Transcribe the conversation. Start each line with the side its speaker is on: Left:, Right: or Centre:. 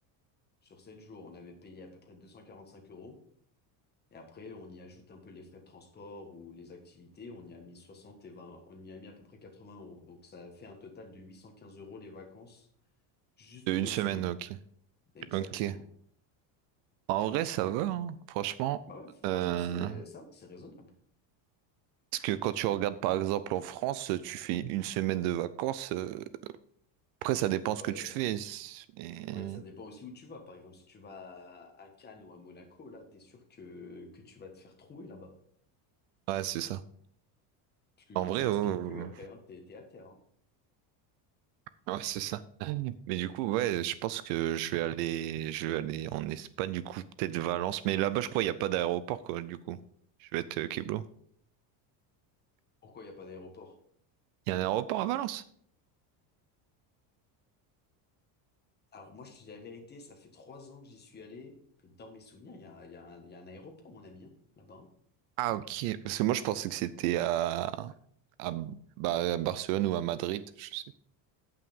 Left: sur 7 jours, on avait payé à peu près 245 euros. Et après, on y ajoute un peu les frais de transport ou les activités. On y a mis 60 et 20, on y a mis à peu près 80 euros. Donc, ça a fait un total de 815 euros les vacances juste
Right: De une
Left: pour une
Right: semaine,
Left: semaine.
Right: ok.
Left: Exactement.
Right: Ok. En vrai, ça va, hein, franchement.
Left: Bah ouais, franchement,
Right: Euh,
Left: c'est ça, c'est raisonnable.
Right: Parce que quand tu regardes, par exemple, en France, tu fais une semaine de vacances. euh, Après, ça dépend ce
Left: Ah
Right: que
Left: ouais,
Right: tu fais. c'est- mais-
Left: Oui, ça dépend aussi où tu vas. Par exemple, si tu vas à à Cannes ou à Monaco, là, t'es sûr que, que tu vas te faire trouer là-bas.
Right: Ouais, c'est ça.
Left: Tu,
Right: En vrai,
Left: tu respires
Right: ouais, ouais,
Left: plus après,
Right: ouais.
Left: hein, t'es, t'es à terre. hein.
Right: Ouais, c'est ça. Mm. Mais du coup, ouais, je pense que je vais aller, je vais aller en Espagne, du coup, peut-être Valence. Mais là-bas, je crois, il n'y a pas d'aéroport, quoi, du coup. Je vais être euh, Keblo.
Left: Pourquoi il n'y a pas d'aéroport?
Right: Il y a un aéroport à Valence?
Left: Alors moi, je te dis la vérité, ça fait trois ans que j'y suis allé. mais dans mes souvenirs, il y a, il y a un, il y a un aéroport, mon ami, hein, là-bas. hein.
Right: Ah, ok. Parce que moi, je pensais que c'était à, à, bah, à Barcelone ou à Madrid, je sais.